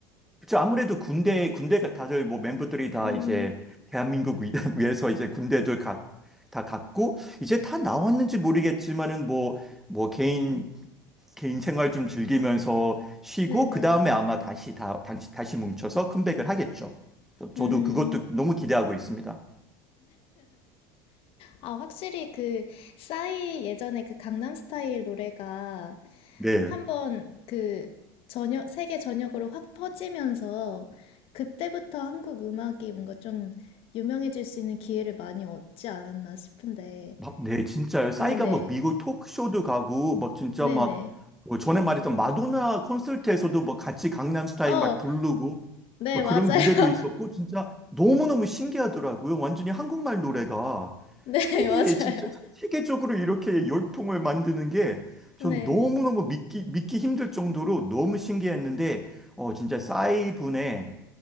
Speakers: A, in the centre; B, on the left.
A: 그쵸. 아무래도 군대, 군대가 다들 뭐 멤버들이 다
B: 음,
A: 이제 대한민국 위- <laughs> 위에서 이제 군대들 각, 다 갔고, 이제 다 나왔는지 모르겠지만은 뭐, 뭐 개인, 개인 생활 좀 즐기면서 쉬고,
B: 네네.
A: 그 다음에 아마 다시 다, 다시, 다시 뭉쳐서 컴백을 하겠죠. 저- 저도
B: 음.
A: 그것도 너무 기대하고 있습니다.
B: 아, 확실히 그 싸이 예전에 그 강남스타일 노래가
A: 네.
B: 한번 그 전역 세계 전역으로 확 퍼지면서 그때부터 한국 음악이 뭔가 좀 유명해질 수 있는 기회를 많이 얻지 않았나 싶은데.
A: 막, 네, 진짜요. 싸이가
B: 네네.
A: 뭐 미국 토크쇼도 가고, 막 진짜
B: 네네.
A: 막, 뭐 전에 말했던 마도나 콘서트에서도 뭐 같이 강남스타일
B: 어,
A: 막 부르고,
B: 네,
A: 막
B: 맞아요.
A: 그런
B: <laughs>
A: 무대도 있었고 진짜 너무너무 신기하더라고요. 완전히 한국말 노래가
B: 네,
A: 세계에
B: 맞아요.
A: 진짜 세계적으로 이렇게 열풍을 만드는 게 전
B: 네.
A: 너무너무 믿기 믿기 힘들 정도로 너무 신기했는데 어 진짜 싸이 분의